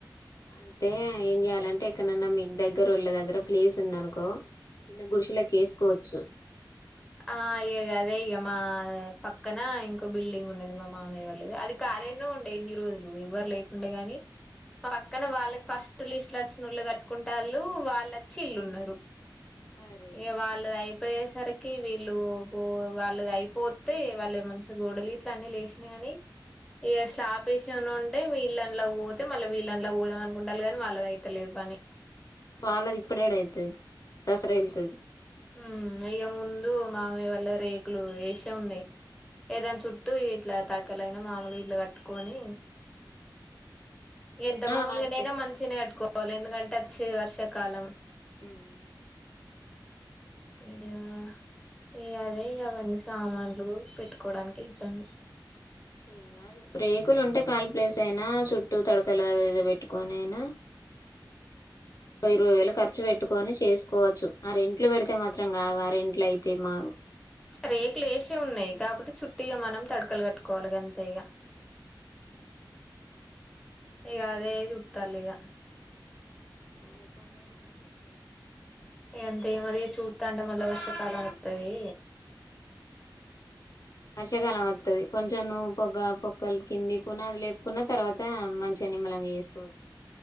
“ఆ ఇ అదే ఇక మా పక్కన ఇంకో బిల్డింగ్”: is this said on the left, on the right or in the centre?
Centre